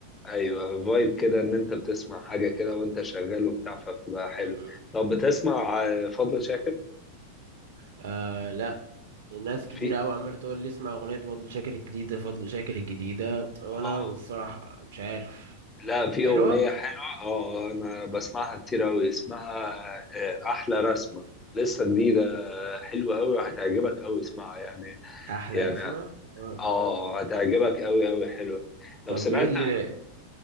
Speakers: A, on the left; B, on the right.
A: ايوه فايب كده ان انت بتسمع حاجه كده وانت شغال وبتاع فبتبقى حلو
B: م- م.
A: طب بتسمع آه، فضل شاكر
B: آه لا ناس كتير
A: في
B: قوي عمالة تقول لي اسمع أغنية فضل شاكر الجديدة فضل شاكر الجديدة وأنا
A: آه،
B: الصراحة مش عارف
A: لا في
B: حلوة
A: اغنيه حلوه اه انا بسمعها كتير اوي اسمها آه، احلى رسمه لسه جديده آه، حلوه اوي وهتعجبك اوي اسمعها يعني
B: أحلى
A: يعني
B: رسمة آه.
A: اه هتعجبك اوي اوي حلوه طب
B: طب
A: سمعت
B: ايه اللي